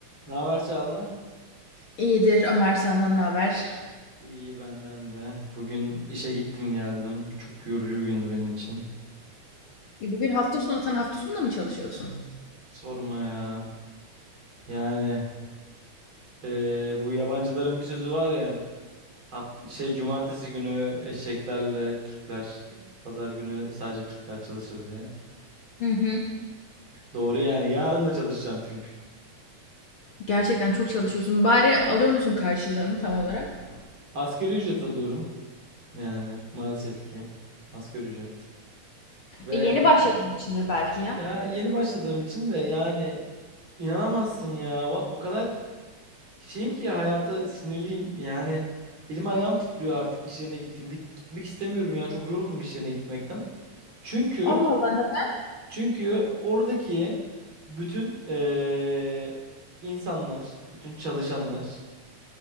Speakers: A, on the right; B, on the left.
A: Ne haber Çağla?
B: İyidir Ömer senden ne haber?
A: İyi benden de. Bugün işe gittim geldim. Çok yorucu bir gündü benim için.
B: E, Bugün hafta sonu sen hafta sonunda mı çalışıyorsun?
A: <laughs> Sorma ya. Yani eee, bu yabancıların bir sözü var ya. Hafta şey cumartesi günü eşeklerle Türkler, pazar günü sadece Türkler çalışır diye.
B: Hı hı.
A: Doğru yani. Yarın da çalışacağım çünkü.
B: Gerçekten çok çalışıyorsun. Bari alıyor musun karşılığını tam olarak?
A: Asgari ücret alıyorum. Yani maalesef ki asgari ücret. Ve
B: E, yeni başladığın içindir belki ya.
A: ya yeni başladığım için de yani inanamazsın ya. Va- O kadar Şeyim ki hayata sinirliyim yani elim ayağım titriyor artık iş yerine gittiğimde gitmek istemiyorum ya çok yoruldum iş yerine gitmekten. Çünkü
B: Allah Allah neden?
A: çünkü oradaki bütün eee, insanlar, bütün çalışanlar